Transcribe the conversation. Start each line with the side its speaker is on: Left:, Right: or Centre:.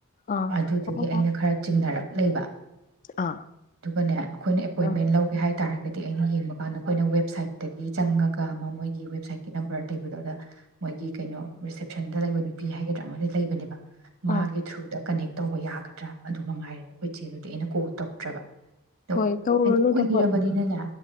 Left: ꯑꯥ
Right: ꯑꯗꯨꯗꯨꯒꯤ
Left: ꯑꯣ
Right: ꯑꯩꯅ ꯈꯔ ꯆꯤꯡꯅꯔꯛꯄ ꯂꯩꯕ
Left: ꯑꯥ ꯑꯥ
Right: ꯑꯗꯨꯒꯅꯦ ꯑꯩꯈꯣꯏꯅ ꯑꯦꯄꯣꯏꯟꯃꯦꯟ
Left: ꯑꯥ
Right: ꯂꯧꯒꯦ ꯍꯥꯏ ꯍꯥꯏ ꯇꯥꯔꯒꯗꯤ ꯑꯩꯅ ꯌꯦꯡꯕ ꯀꯥꯟꯗ ꯑꯩꯈꯣꯏꯅ ꯋꯦꯕꯁꯥꯏꯠꯇꯒꯤ ꯆꯪꯉꯒ ꯑꯃ ꯃꯣꯏ ꯒꯤ ꯋꯦꯕꯁꯥꯏꯠꯀꯤ ꯅꯝꯕꯔ ꯂꯩꯕꯗꯣ ꯑꯗ ꯃꯣꯏꯒꯤ ꯀꯩꯅꯣ ꯔꯤꯁꯦꯞꯁꯟꯗ ꯂꯩꯕ ꯅꯨꯄꯤ ꯍꯥꯏꯒꯗ꯭ꯔꯥ ꯑꯃꯗꯤ ꯂꯩꯕꯅꯦꯕ
Left: ꯑꯣ
Right: ꯃꯥꯒꯤ ꯊ꯭ꯔꯨꯗ ꯀꯅꯦꯦꯛ ꯇꯧꯕ ꯌꯥꯒꯗ꯭ꯔꯥ ꯑꯗꯨ ꯃꯉꯥꯏꯔꯦ ꯑꯩꯈꯣꯏ ꯆꯦ ꯑꯗꯨꯗꯤ ꯑꯩꯅ ꯀꯣꯜ ꯇꯧꯗ꯭ꯔꯕ ꯑꯗꯣ
Left: ꯍꯣꯏ ꯇꯧꯔꯨꯅꯨꯗ
Right: ꯍꯥꯏꯗꯤ ꯀꯨꯏꯔꯕꯅꯤꯅꯅꯦ
Left: ꯍꯣꯏ